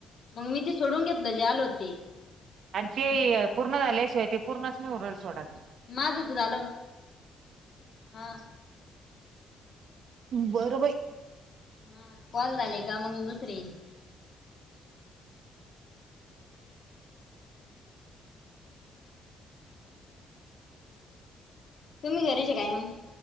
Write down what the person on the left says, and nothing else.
मग मी तेी सोडून घेतलं जे आले होते
माझे तर झाले हा
हा कॉल झाले का ना मग <unintelligible> तुम्ही घरीचे काय मग